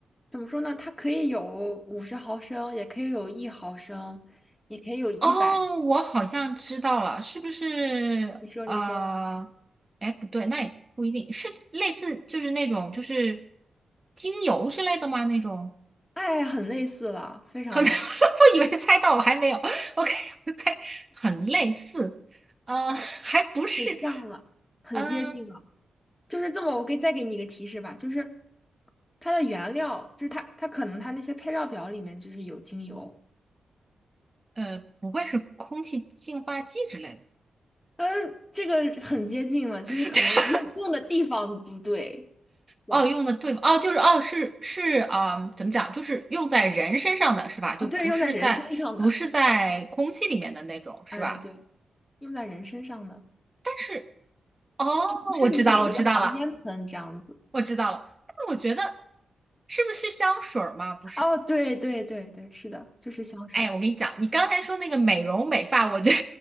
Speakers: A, on the left; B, on the right.
A: 怎么说呢？它可以有五十毫升，也可以有一毫升，也可以有一百。
B: 哦，我好像知道了，是不是？
A: 你说，
B: 呃，
A: 你说，
B: 哎，不对，那也不一定是类似，就是那种就是精油之类的吗？那种
A: 哎，很类似了，非常类似，
B: 可能 <laughs> 我以为猜到了，还没有。OK，<laughs> 我猜很类似，呃，还不是，
A: 很像了，很接近了。
B: 嗯
A: 就是这么，我给再给你一个提示吧，就是它的原料，就是它它可能它那些配料表里面就是有精油，
B: 呃，不会是空气净化器之类
A: 嗯，这个很接近了，就是可能用用的地方不对，
B: 的？<laughs>
A: 这样
B: 哦，用的对付哦，就是哦，是是啊、呃怎么讲？就是用在人身上的是吧？就不是在不是在空气里面的那种是吧？
A: 啊，对，用在人身上的，<laughs> 哎，对，用在人身上的，
B: 但是哦，
A: 不是你给一个房间喷这样子。
B: 我知道了，我知道了，我知道了。但我觉得是不是香水儿吗？不是。
A: 哦，对对对对，是的，就是香水。
B: 哎，我跟你讲，你刚才说那个美容美发，我觉得